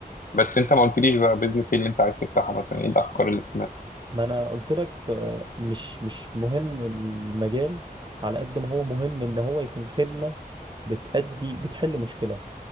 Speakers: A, on the left (about 60°); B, on the right (about 30°).
A: بس انت ما قلتليش بقى بيزنس ايه اللي انت عايز تفتحه مثلا ايه الافكار اللي
B: ما انا قلت لك آه، مش مش مهم المجال على قد ما هو مهم ان هو يكون خدمه بتأدي بتحل مشكله